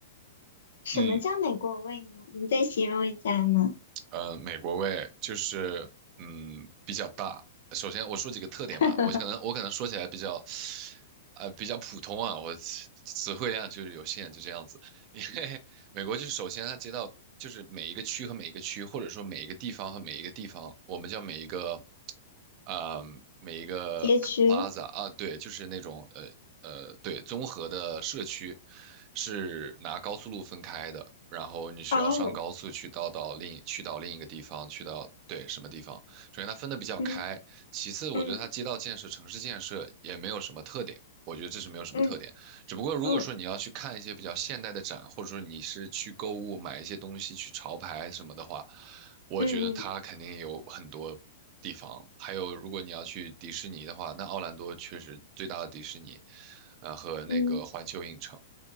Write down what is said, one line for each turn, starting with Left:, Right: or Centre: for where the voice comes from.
Left: 什么叫美国味呢？
Right: 嗯，
Left: 你再形容一下呢？
Right: 呃，美国味就是嗯比较大。首先我说几个特点吧，
Left: <laughs>
Right: 我可能我可能说起来比较，呃比较普通啊，我词词汇量就是有限，就这样子。<laughs> 因为美国就是首先它街道就是每一个区和每一个区，或者说每一个地方和每一个地方，我们叫每一个呃，每一个
Left: 街区
Right: plaza 啊，对，就是那种呃呃，对，综合的社区是拿高速路分开的，然后你需要上高速去到到另去到另一个地方，
Left: 哦，
Right: 去到对什么地方。首先它分的比较开，
Left: 嗯
Right: 其次我觉得它街道建设、
Left: 嗯
Right: 城市建设也没有什么特点。我觉得这是没有什么特点，
Left: 嗯
Right: 只不过如果说你要去看一些比较现代的展，
Left: 嗯
Right: 或者说你是去购物买一些东西去潮牌什么的话，我觉得它肯定有很多地方。
Left: 嗯嗯
Right: 还有，如果你要去迪士尼的话，那奥兰多确实最大的迪士尼，呃，和那个环球影城。
Left: 嗯